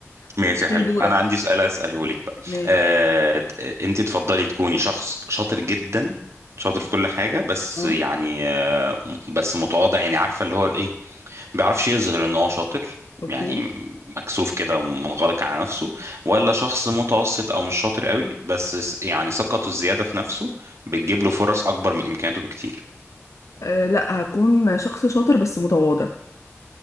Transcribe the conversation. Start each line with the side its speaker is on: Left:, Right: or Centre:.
Right: ماشي
Left: <laughs> في
Right: حلو
Left: دورك
Right: انا عندي سؤال اساله لك بقى
Left: ماشي
Right: آه، انت تفضلي تكوني شخص شاطر جدا شاطر في كل حاجة بس
Left: اه
Right: يعني آه، بس متواضع يعني عارفة اللي هو ايه بيعرفش يظهر ان هو شاطر
Left: اوكي
Right: يعني مكسوف كده ومنغلق على نفسه ولا شخص متوسط او مش شاطر قوي بس س- يعني ثقته الزياده في نفسه بتجيب له فرص اكبر من امكانياته بكتير
Left: أه لا هكون شخص شاطر بس متواضع